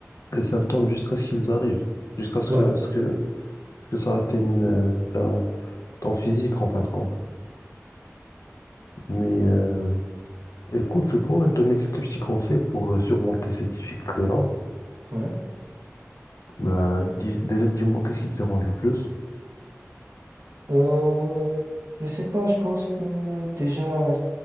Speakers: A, on the left; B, on the right.
A: les symptômes jusqu'à ce qu'ils arrivent. Jusqu'à ce
B: Ouais,
A: que, ce que, que ça
B: ouais,
A: atteigne euh, ta- ton physique, en fin de compte. Mais euh, écoute, je pourrais te donner quelques petits conseils pour euh, surmonter ces difficultés-là.
B: ouais.
A: Ben, dis- déjà, dis-moi, qu'est-ce qui te dérange le plus?
B: Euh, je sais pas, je pense que déjà,